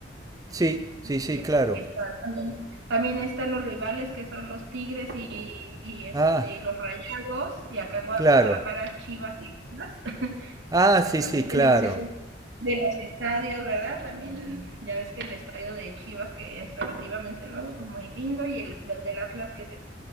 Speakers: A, on the right; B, on the right.
A: Sí,
B: y
A: sí, sí,
B: este,
A: claro.
B: está, también, también están los rivales que son los Tigres y, y este,
A: Ah,
B: y los Rayados, y acá en Guadalajara
A: claro.
B: Chivas y Chivas.
A: Ah,
B: Entonces
A: sí,
B: también
A: sí, claro.
B: tenemos eso de los estadios, ¿verdad? También ya ves que el estadio de Chivas, que es relativamente nuevo, pues muy lindo, y el, el del Atlas, que es el